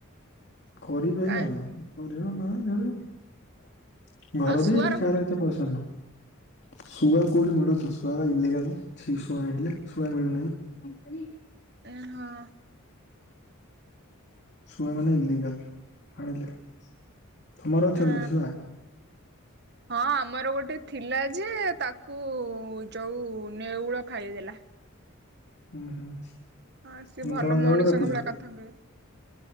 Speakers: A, on the left (about 50°); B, on the right (about 50°).
A: କରିପାରିବା
B: କାଇଁ
A: ଆଉ କରିବା ନା। ହଁ। ଘର
B: ଆଉ ଶୁଆ
A: ବି
B: ରଖୁନ
A: କାହାର ଏତେ ପସନ୍ଦ ନୁହଁ। ଶୁଆ କୋଉଠି ମିଳୁଛି ଶୁଆ ବା ଇଲିଗାଲ। <unintelligible> ଶୁଆ ଆଣିଲେ ଶୁଆ ମିଳୁନାହିଁ।
B: ଓ ହଁ।
A: ଶୁଆ ମାନେ ଇଲିଗାଲ ଆଣିଲେ। ତମର ଅଛନ୍ତି
B: ଅ
A: କି ଶୁଆ?
B: ହଁ ଆମର ଗୋଟେ ଥିଲା ଯେ ତାକୁ-ଉ-ଉ -ଉ ଯୋଉ ନେଉଳ ଖାଇଦେଲା।
A: ହୁଁ ହୁଁ।
B: ହଁ ସିଏ
A: ଉଁ,
B: ଭଲ
A: ତମ ଦେଉଳରେ
B: ମଣିଷଙ୍କ
A: ରଖିଛ?
B: ଭଳିଆ କଥା କୁହେ।